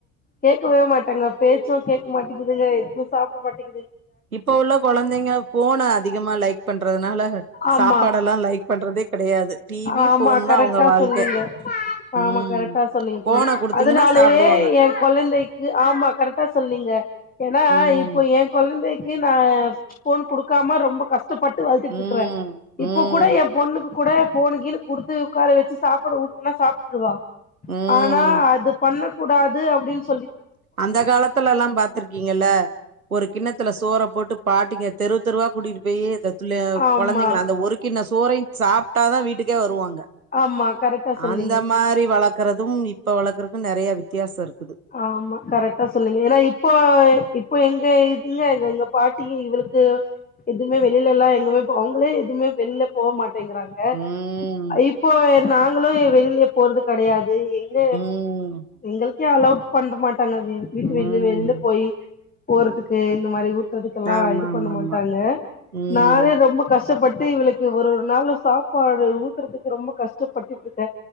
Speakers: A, on the left; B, on the right.
A: கேக்கவே மாட்டாங்க பேச்சோ கேக்க மாட்டீதுக எதுவு சாப்ட மாட்டீ
B: இப்ப உள்ள கொழந்தைங்க போன அதிகமா லைக் பண்றதுனால
A: ஆமா
B: சாப்பாடெல்லா லைக் பண்றதே கெடையாது டிவி
A: ஆமா
B: ஃபோன்
A: கரெட்டா
B: தா அவங்க வாழ்க்க
A: சொன்னீங்க ஆமா
B: ம்
A: கரெட்டா சொன்னீங்க
B: ஃபோன
A: தோழி
B: குடுத்தீங்கன்னா
A: அதனாலயே
B: சாப்டுவாங்க
A: எ கொழந்தைக்கு ஆமா கரெட்டா சொன்னீங்க ஏனா
B: ம்
A: இப்போ எ கொழந்தைக் கி நா ஃபோன் குடுக்காம ரொம்ப கஷ் டபட்டு வழத்துட்டு
B: ம்
A: இருக்குறே இப்ப
B: ம்
A: கூட எ கூட ஃபோனு கீனு குடுத்து உக்கார வச்சு சாப்பாடு ஊட்டுனா சாப்ட்டுடுவா
B: ம்
A: ஆனா அது பண்ண கூடாது அப்டின் சொ
B: அந்த காலத்துலல்லா பாத்துருக்கீங்கல்ல ஒரு கிண்ணத்துல சோற போட்டு பாட்டீங்க தெரு தெருவா கூட்டிட்டு போயி அத <unintelligible>
A: ஆமா
B: கொழந்தைங்கள அந்த ஒரு கின்ன சோறையு சாப்ட்டா தா வீட்டுக்கே வருவாங்க
A: ஆமா கரெக்டா சொன்னீங்க
B: அந்த மாரி வளக்கறதும் இப்ப வளக்கற கும் நெறைய வித்தியாசோ இருக்கு
A: ஆமா கரெக்டா சொன்னீங்க ஏனா இப்போ இப்ப எங்க க எங்க எங்க பாட்டி இவளுக்கு எதுமே வெளிலல்லா எங்கமே போங் அவங்களே எதுமே வெளில போ மாட் டேங்கறாங்க
B: ம்
A: இப்போ நாங்களு வெளிலயே போறது கெடையாது து எங்க
B: ம்
A: எங்களு கே அலவ்ட் பண்ற மா டாங்க எங்க வீட்டு
B: ம்
A: வெளி வெளில போயி போறதுக்கு இந்த மாரி ஊர் சுத்துறதுகெல்லா
B: ஆமா
A: இது
B: ஆமா
A: பண்ண மாட்டாங்க
B: ஆமா ம்
A: நானே ரொம்ப கஷ் டப்பட்டு இவளுக்கு ஒரு ஒரு நாளு சாப்பாடு ஊட்றதுக்கு ரொம்ப கஷ்டப்பட்டுட்டு இருக்கே